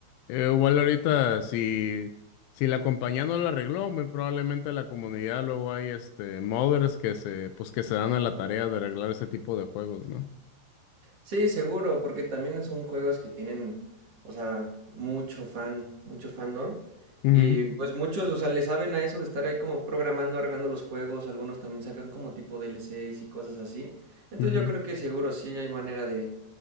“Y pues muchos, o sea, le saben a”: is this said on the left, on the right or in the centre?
Right